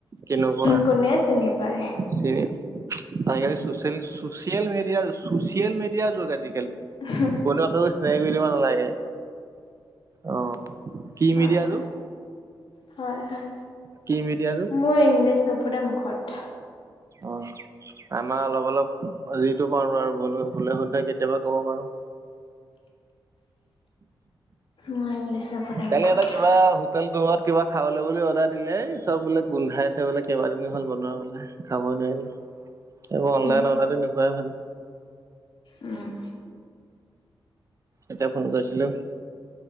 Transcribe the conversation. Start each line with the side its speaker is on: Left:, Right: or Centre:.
Right: কেনেকুৱা
Left: কোনে চিনি পায়
Right: চে আজিকালি চচিয়ে চোচিয়েল মিডিয়া, চোচিয়েল মিডিয়াৰ যোগ আজিকালি।
Left: <unintelligible>
Right: বোলো আকৌ চিনাকি কৰি দিব নালাগে। অ কি
Left: হয়,
Right: মিডিয়া
Left: হয়,
Right: যুগ
Left: হয়, হয়।
Right: কি মিডিয়া এইটো?
Left: মোৰ ইংলিছ নুফুটে মুখত।
Right: অ' আমাৰ অলপ অলপ, যিটো পাৰো আৰু ভুল ভুলে শুদ্ধয়ে কেতিয়াবা ক'ব পাৰো।
Left: মই ইংলিছ নুফুটে
Right: কাইলে
Left: মুখত।
Right: এটা কিবা সু হোটেল দবাত কিবা খাবলে বুলি অৰ্ডাৰ দিলেই চব বোলে গোন্ধাইছে বোলে, কেইবাদিন হ'ল বনোৱা বোলে। খাবই নোৱাৰিলে এইবোৰ অনলাইন
Left: উম
Right: অৰ্ডাৰ দি নোখোৱাই ভাল।
Left: উম
Right: এতিয়া ফোন কৰিছিলো।